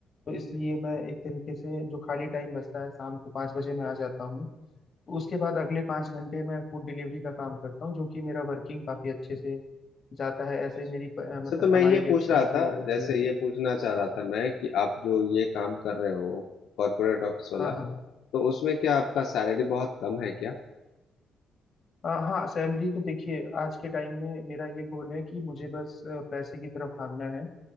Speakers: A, on the left; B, on the left.
A: तो इसलिए मैं एक तरीके से जो खाली टाइम बचता है शाम को पाँच बजे मैं आ जाता हूँ तो उसके बाद अगले पाँच घंटे मैं फूड डिलीवरी का काम करता हूँ जो कि मेरा वर्किंग काफी अच्छे से जाता है
B: अच्छा
A: ऐसे
B: अच्छा
A: मेरी प- अ,
B: अच्छा
A: मतलब
B: तो मैं
A: कमाई
B: ये
A: भी
B: पूछ
A: अच्छी
B: रहा
A: खासी
B: था
A: हो जाती
B: जैसे
A: है
B: ये पूछना चाह रहा था मैं कि आप जो ये काम कर रहे हो कॉरपोरेट ऑफिस वाला
A: हाँ हाँ
B: तो उसमें क्या आपका सैलरी बहुत कम है क्या
A: अ, हाँ सैलरी तो देखिए आज के टाइम में मेरा ये गोल है कि मुझे बस अ, पैसे की तरफ भागना है